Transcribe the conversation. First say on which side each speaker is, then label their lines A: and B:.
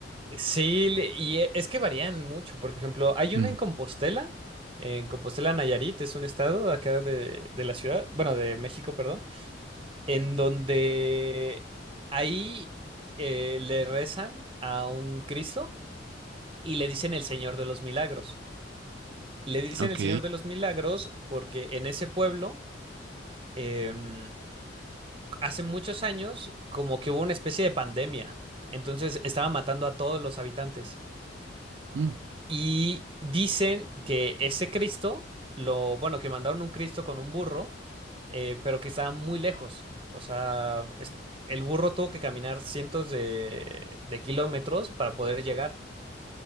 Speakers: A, on the right; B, on the right.
A: Sí, le- y e- es que varían mucho. Por ejemplo, hay
B: Mm,
A: una en Compostela, en Compostela Nayarit, es un estado acá de, de la ciudad, bueno, de México, perdón, en donde ahí eh, le rezan a un Cristo y le dicen el Señor de los Milagros. Le dicen
B: ok.
A: el Señor de los Milagros porque en ese pueblo, em, hace muchos años, como que hubo una especie de pandemia. Entonces estaba matando a todos los habitantes.
B: Mm,
A: Y dicen que ese Cristo, lo, bueno, que mandaron un Cristo con un burro, eh, pero que estaba muy lejos. O sea, es- el burro tuvo que caminar cientos de, de kilómetros para poder llegar.